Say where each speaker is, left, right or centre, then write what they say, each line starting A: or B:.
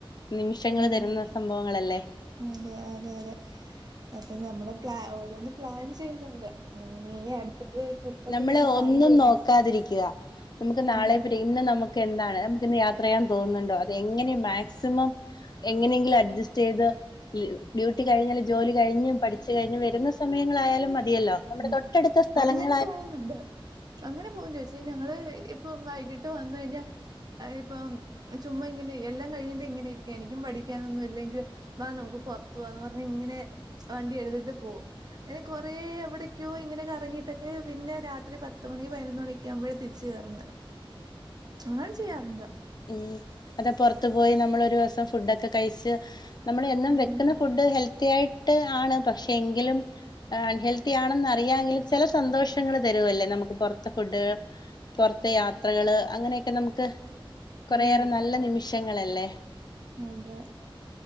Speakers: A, on the left; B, on the right.
A: നിമിഷങ്ങൾ
B: ഉം
A: തരുന്ന സംഭവങ്ങളല്ലേ
B: അതെ അതെ അതെ അപ്പൊ ഞമ്മൾ ഓരോന്ന് പ്ലാൻ ചെയ്യുന്നുണ്ട് അങ്ങനെ അടുത്തിട്ടൊരു ട്രിപ്പ് ഒക്കെ
A: നമ്മള
B: ഇങ്ങനെ പ്ലാൻ
A: ഒന്നും
B: ചെയ്യുന്നുണ്ട്
A: നോക്കാതിരിക്കുക നമുക്ക് നാളെ
B: ഉം
A: ഇന്ന് നമുക്ക് എന്താണ് നമുക്ക് ഇന്ന് യാത്ര ചെയ്യാൻ തോന്നുന്നുണ്ടോ അത് എങ്ങനെ മാക്സിമം എങ്ങനെയെങ്കിലും അഡ്ജസ്റ്റ് ചെയ്ത് ഡ്യൂട്ടി കഴിഞ്ഞാല് ജോലി കഴിഞ്ഞു പഠിച്ചു കഴിഞ്ഞു വരുന്ന സമയങ്ങളായാലും മതിയല്ലോ നമ്മുടെ
B: ഉം
A: തൊട്ടടുത്ത സ്ഥലങ്ങൾ
B: അങ്ങനെ പോകുന്നുണ്ട് അങ്ങനെ പോകും ചേച്ചി ഞങ്ങള് ഇപ്പം വൈകിട്ട് വന്ന കഴിഞ്ഞാൽ ഇപ്പം ചുമ്മാ ഇങ്ങനെ എല്ലാം കഴിഞ്ഞിട്ട് ഇങ്ങനെ ഇരിക്കും എനിക്കും പഠിക്കാനൊന്നും ഇല്ലെങ്കിൽ ആ നമുക്ക് പുറത്തു പോവാന്ന് പറഞ്ഞ ഇങ്ങനെ വണ്ടി എഴുതിട്ട് പോകും അങ്ങനെ കൊറ എവിടെ ഇങ്ങനെയിട്ടൊക്കെ പിന്നെ രാത്രി പത്തുമണി പതിനൊന്ന് മണിയൊക്ക ആകുമ്പഴേ തിരിച്ച്കയറുന്നതാണ് അങ്ങനെ ചെയ്യാറുണ്ട്
A: ഉം അത് പുറത്തു പോയി നമ്മൾ ഒരു ദിവസം ഫുഡൊക്കെ കഴിച്ച് നമ്മൾ എന്നും
B: ഉം
A: വെക്കുന്ന ഫുഡ് ഹെൽത്തി ആയിട്ട് ആണ് പക്ഷെ എങ്കിലും അൺഹെൽത്തി ആണെന്ന് അറിയാമങ്കിൽ ചില സന്തോഷങ്ങൾ തരുമല്ലേ നമുക്ക് പൊറത്തെ ഫുഡ് പൊർത്തെ യാത്രകള് അങ്ങനെയൊക്ക നമുക്ക് കൊറെയേറെ
B: അതെ അതെ
A: നല്ല നിമിഷങ്ങളല്ലെ.
B: അതെ.